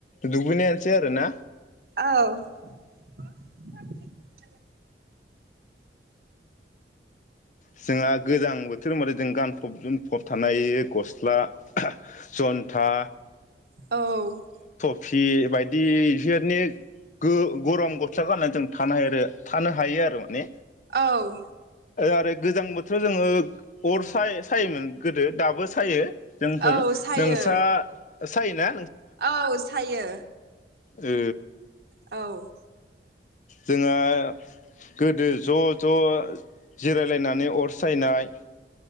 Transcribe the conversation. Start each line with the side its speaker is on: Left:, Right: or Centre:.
Left: दुुगैनायानोसै आरो ना?
Right: औ <unintelligible>
Left: जोंआ गोजां बोथोर होनबाथाय जों गानफब जोमफ फब थानो हायो गस्ला जन्था
Right: औ
Left: फि बायदि इफोरनि गो गरम गस्ला गानना जों थानो हायो थानो हायो आरो माने
Right: औ
Left: आरो गोजां बोथोराव जोङो अर साय-सायोमोन गोदो दाबो सायो। जोंफोर
Right: औ सायो
Left: नोंस्रा ओ सायो ना?
Right: औ सायो।
Left: ओ
Right: औ
Left: जोंहा गोदो ज' ज' जिरायलायनानै अर सायनाय